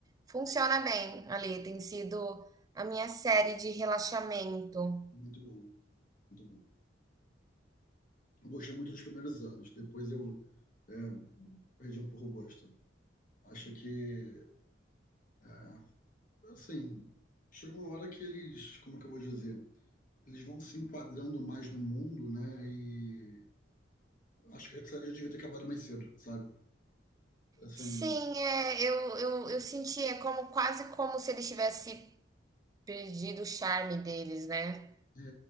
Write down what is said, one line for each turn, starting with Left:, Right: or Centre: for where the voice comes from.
Right: funciona bem ali. Tem sido a minha série de relaxamento.
Left: Muito bom, muito bom. Eu gostei muito dos primeiros anos. Depois eu é, perdi um pouco o gosto. Acho que, é, assim, chega uma hora que eles, como é que eu vou dizer? eles vão se enquadrando mais no mundo, né? E acho que a série devia ter acabado mais cedo, sabe? Assim,
Right: Sim, é, eu, eu, eu sentia como quase como se ele tivesse perdido o charme deles, né?
Left: é,